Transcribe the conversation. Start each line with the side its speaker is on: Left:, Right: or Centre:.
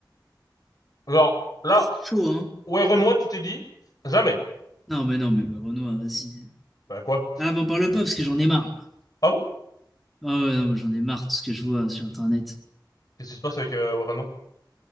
Left: Alors, là,
Centre: Ah, c'est chaud, hein.
Left: Warren Watt, tu t'es dit, jamais.
Centre: Non, mais non, mais ouais, Renoir, vas-y.
Left: Bah quoi?
Centre: Ah, m'en parle pas parce que j'en ai marre.
Left: Ah bon?
Centre: Ah ouais, non, mais j'en ai marre de ce que je vois sur Internet.
Left: Qu'est-ce qui se passe avec euh, Warren Watt?